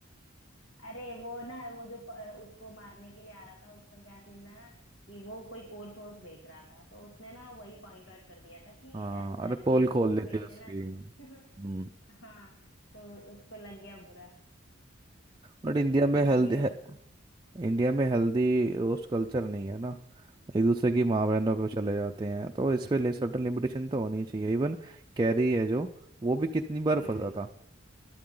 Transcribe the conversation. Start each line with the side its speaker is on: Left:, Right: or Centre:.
Left: अरे वो ना वो जो प- उसको मारने के लिए आ रहा था उसका क्या सीन था ना कि वो कोई कोर्स वोर्स बेच रहा था तो उसने ना वही पॉइंट आउट कर दिया था कि
Right: हाँ
Left: ऐसा
Right: अरे पोल
Left: ये जो
Right: खोल
Left: कोर्स
Right: लेते
Left: बेचते
Right: हैं उसकी
Left: हैं ना तो
Right: हम्म
Left: उन <laughs> हाँ तो उसको लग गया बुरा
Right: बट
Left: तो
Right: इंडिया
Left: उसने
Right: में
Left: धर
Right: हेल्थ
Left: लिया उसको
Right: इंडिया में हेल्दी रोस्ट कल्चर नहीं है ना एक दूसरे की माँ बहनों पे चले जाते हैं तो इस पे ले सर्टन लिमिटेशन तो होनी चाहिए इवन कैरी है जो वो भी कितनी बार
Left: हम्म
Right: फंसा था